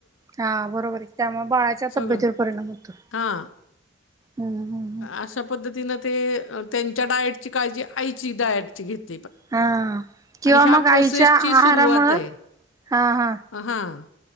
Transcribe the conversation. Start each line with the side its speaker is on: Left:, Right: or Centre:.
Right: हा बरोबर आहे त्यामुळे बाळाच्या
Left: सगळं
Right: तब्यतीवर परिणाम होतो.
Left: हां.
Right: हम्म हम्म
Left: अशा पद्धतीनं ते त्यांच्या डाएटची काळजी आईची डाएट ची घेत
Right: हा. किंवा
Left: आणि ह्या
Right: मग आईच्या
Left: प्रोसेसची सुरुवातय.
Right: आहारामुळं हा हा
Left: हा्